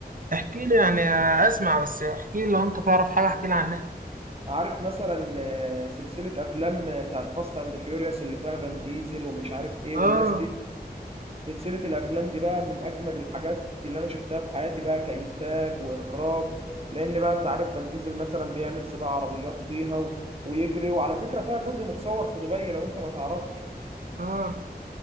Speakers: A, on the right (about 55°); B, on the right (about 35°).
A: احكي لي يعني اسمع بس احكي لي لو انت تعرف حاجه احكي لي عنها
B: عارف مثلا آه، سلسله افلام بتاعت فاست اند فيوريوس اللي فيها فان ديزل ومش عارف ايه
A: اه
B: والناس دي سلسلة الأفلام دي بقى من أجمد الحاجات اللي أنا شفتها في حياتي بقى كإنتاج وإخراج لأن بقى أنت عارف فان ديزل مثلا بيعمل سباق عربيات فيها و... ويجري وعلى فكرة فيها جزء متصور في دبي لو أنت ما تعرفش
A: اه